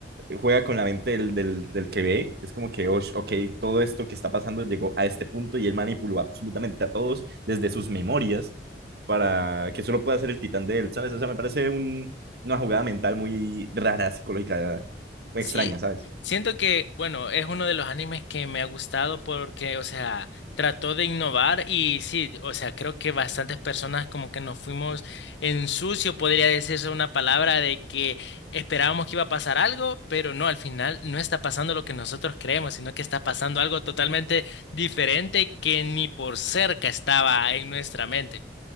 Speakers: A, on the right (about 60°); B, on the left (about 75°).
A: Juega con la mente del, del, del que ve. Es como que, ush, ok, todo esto que está pasando llegó a este punto y él manipuló absolutamente a todos desde sus memorias para que solo pueda ser el titán de él, ¿sabes? O sea, me parece un- una jugada mental muy rara, psicológica, muy
B: Sí,
A: extraña, ¿sabes?
B: siento que, bueno, es uno de los animes que me ha gustado porque, o sea, trató de innovar y sí, o sea, creo que bastantes personas como que nos fuimos en sucio, podría decirse una palabra de que esperábamos que iba a pasar algo, pero no, al final no está pasando lo que nosotros creemos, sino que está pasando algo totalmente diferente que ni por cerca estaba en nuestra mente.